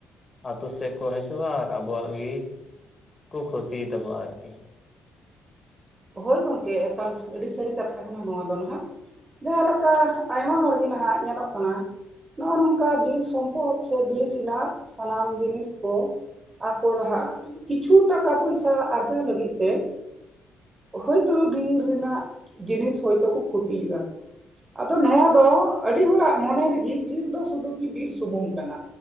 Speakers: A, on the left; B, on the right.
A: ᱟᱹᱛᱩ ᱥᱮᱫ ᱠᱚ ᱦᱤᱡᱩᱜᱼᱟ ᱟᱨ ᱟᱵᱚᱣᱟᱜ ᱜᱤ ᱠᱚ ᱠᱷᱚᱛᱤᱭ ᱛᱟᱵᱚᱣᱟ ᱟᱨᱠᱤ
B: ᱦᱳᱭ ᱜᱚᱝᱠᱮ ᱮᱠᱟᱞ ᱟᱹᱰᱤ ᱥᱟᱹᱨᱤ ᱠᱟᱛᱷᱟ ᱠᱟᱱᱟ ᱱᱚᱣᱟ ᱫᱚ ᱱᱟᱦᱟᱜ ᱾ ᱡᱟᱸᱦᱟ ᱞᱮᱠᱟ ᱟᱭᱢᱟ ᱦᱚᱲᱜᱮ ᱱᱟᱦᱟᱜ ᱧᱮᱞᱚᱜ ᱠᱟᱱᱟ ᱱᱚᱜᱚᱭ ᱱᱚᱝᱠᱟ ᱵᱤᱨ ᱥᱚᱢᱯᱚᱫ ᱥᱮ ᱵᱤᱨ ᱨᱮᱱᱟᱜ ᱥᱟᱱᱟᱢ ᱡᱤᱱᱤᱥ ᱠᱚ ᱟᱠᱚᱨᱦᱟᱜ ᱠᱤᱪᱷᱩ ᱴᱟᱠᱟ ᱯᱚᱭᱥᱟ ᱟᱨᱡᱟᱣ ᱞᱟᱹᱜᱤᱫ ᱛᱮ ᱦᱳᱭᱛᱳ ᱵᱤᱨ ᱨᱮᱱᱟᱜ ᱡᱤᱱᱤᱥ ᱦᱳᱭᱛᱚ ᱠᱚ ᱠᱷᱚᱛᱤᱭᱮᱫᱟ ᱟᱫᱚ ᱱᱟᱭᱟ ᱫᱚ ᱟᱹᱰᱤ ᱦᱚᱲᱟᱜ ᱢᱚᱱᱮ ᱨᱮᱜᱮ ᱵᱤᱨ ᱫᱚ ᱥᱩᱫᱷᱩ ᱜᱮ ᱵᱤᱨ ᱥᱩᱢᱩᱝ ᱠᱟᱱᱟ